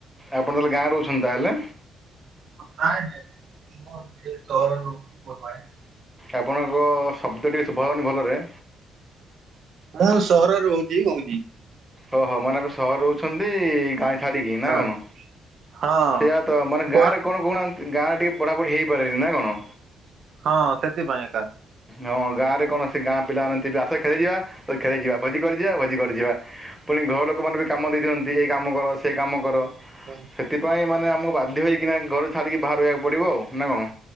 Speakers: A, in the centre; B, on the right.
A: ଆପଣ ତାହେଲେ ଗାଁ ରହୁଛନ୍ତି ତାହେଲେ।
B: <unintelligible>
A: ଆପଣଙ୍କ ଶବ୍ଦ ଟିକେ ଶୁଭା ଯାଉନି ଭଲରେ।
B: ମୁଁ ସହରରେ ରହୁଛି କହୁଛି।
A: ଓହୋ ମାନେ ଏବେ ସହର ରହୁଛନ୍ତି। ଗାଁ - ଛାଡ଼ିକି ନା
B: ହଁ
A: କଣ?
B: ହଁ
A: ସେଇୟା ତ। ମାନେ
B: ପଢା
A: ଗାଁରେ କଣ କହୁନାହାନ୍ତି? ଗାଁରେ ଟିକେ ପଢ଼ାପଢ଼ି ହୋଇପାରେନି ନା କଣ?
B: ହଁ ସେଥିପାଇଁ ଏକା।
A: ହଁ ଗାଁ ରେ କୌଣସି ଗାଁ ପିଲାମାନେ ଥିବେ ଆସ ଖେଳିଯିବା ଖେଳିଯିବା ଭୋଜି କରିିଯିବା ଭୋଜି - ଘରେ ଯିବା। ପୁଣି ଘର ଲୋକମାନୋନ ବି କାମ ଦେଇ ଦିଅନ୍ତି ଏଇ କାମ କର ସେଇ କାମ କର।
B: ହୁଁ।
A: ସେଥିପାଇଁ ମାନେ ଆମକୁ ବାଧ୍ୟ ହୋଇକିନା ଘର ଛାଡ଼ିକି ବାହାରେ ରହିବାକୁ ପ - ପଡ଼ିବ ଆଉ ନାକଣ